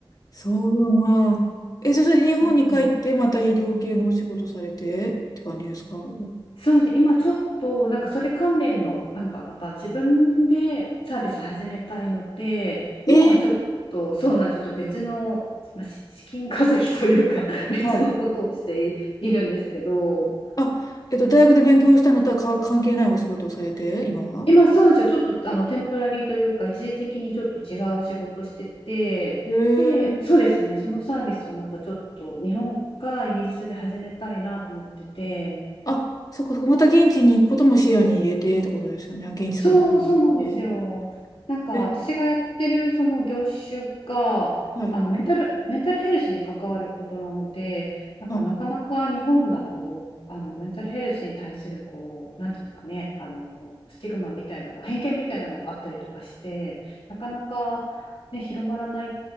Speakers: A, on the left; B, on the left.
A: そうだな。え、じゃあそれで日本に帰って、
B: そう。
A: また医療系のお仕事されてって感じですか
B: そうですね。今ちょっとなんかそれ関連のなんかまた自分でサービス始めたいので、
A: えー
B: 今はちょっとそうなんです。ちょっと別の、まあ、し <laughs> 資金稼ぎというか <laughs> 別のことをしてい、
A: はい。
B: いるんですけど、
A: あ、えっと、大学で勉強したのとはか関係ないお仕事をされて、今は
B: 今そうなんですよ。ちょっとあのテンプラリーというか一時的にちょっと違う仕事してて、
A: へえ。
B: で、そうですね。そのサービスをまたちょっと日本かイギリスで始めたいなと思ってて。
A: あ、そっかそっか、また現地に行くことも視野に入れてってことですよね。現地か向こうに行って。
B: そう、そうなんですよ。なんか私がやってるその業種があのメンタル、
A: え、はい。
B: メンタルヘルスに関わることなので、なんかなかなか日本だとあのメンタルヘルスに対するこう、
A: あ、
B: なんていうんですかね、あのスティグマみたいなこう偏見みたいなのがあったりとかして、なかなか、ね、広まらない